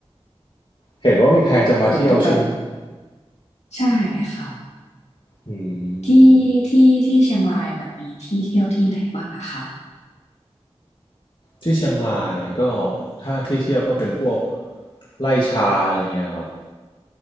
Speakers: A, on the left; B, on the left.
A: เห็นว่ามีแผนจะมาเที่ยวใช่ไหม
B: ฝนตกแบบใช่ค่ะ
A: อื
B: ที่
A: ม
B: ที่ที่เชียงรายแบบมีที่เที่ยวที่ไหนบ้างอะคะ
A: ที่เชียงรายก็ถ้าที่เที่ยวก็เป็นพวกไล่ชาอะไรเงี้ยครับ